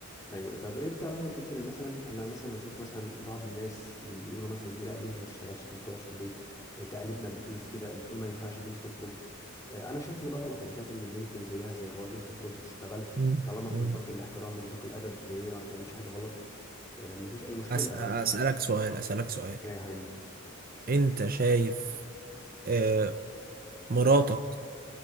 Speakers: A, on the left; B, on the right.
A: ايوه طب انت رايك إيه في ال- مثلا انا مثلا بشوف مثلا بعض الناس بيقولوا مثلا ايه لا البنت ما تشتغلش البنت تقعد في البيت تقاليدنا بتقول كده بتقول ما ينفعش البنت تخرج آه، انا شايف ان ده غلط انا شايف ان البنت زيها زي الراجل تخرج وتشتغل
B: مم.
A: طالما في
B: مم.
A: نطاق الاحترام ونطاق الادب وهي ما بتعملش حاجه غلط آه، مفيش اي مشكله
B: أس- أسألك سؤال أسألك سؤال
A: ايه يا حبيبي
B: أنت شايف آه، مراتك